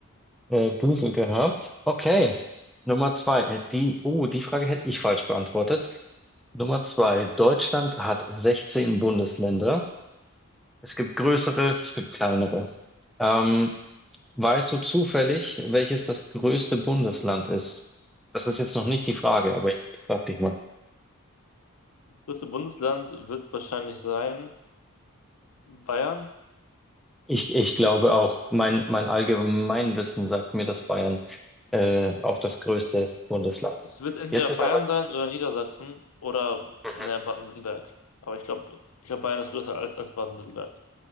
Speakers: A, in the centre; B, on the left (about 80°).
A: äh, Busen gehabt. Okay. Nummer zwei. Äh, Die, oh, die Frage hätte ich falsch beantwortet. Nummer zwei. Deutschland hat 16 Bundesländer. Es gibt größere, es gibt kleinere. Ähm, weißt du zufällig, welches das größte Bundesland ist? Das ist jetzt noch nicht die Frage, aber ich, ich frage dich mal.
B: Das größte Bundesland wird wahrscheinlich sein Bayern.
A: Ich, ich glaube auch, mein, mein Allgemeinwissen sagt mir, dass Bayern äh, auch das größte Bundesland
B: Es
A: ist.
B: wird entweder
A: Jetzt ist
B: Bayern
A: aber.
B: sein oder Niedersachsen oder
A: Mhm.
B: ne, Baden-Württemberg. Aber ich glaube, ich glaube, Bayern ist größer als, als Baden-Württemberg.